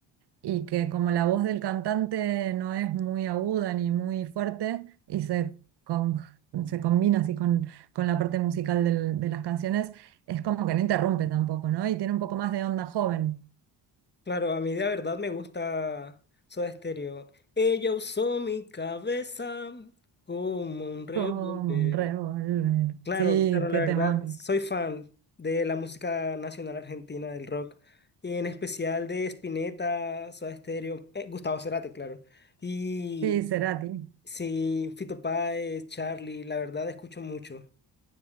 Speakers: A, on the right; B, on the left.
A: y que como la voz del cantante no es muy aguda ni muy fuerte y se, con- se combina así con, con la parte musical del- de las canciones, es como que no interrumpe tampoco, ¿no? Y tiene un poco más de onda joven.
B: Claro, a mí de verdad me gusta Soda Stereo. Ella usó mi cabeza como un revólver.
A: Como un revólver.
B: Claro,
A: Sí,
B: claro, la
A: qué
B: verdad,
A: temón.
B: soy fan de la música nacional argentina, del rock, y en especial de Spinetta, Soda Stereo, eh, Gustavo Cerati, claro. Y
A: Sí, Cerati.
B: sí, Fito Páez, Charlie, la verdad escucho mucho.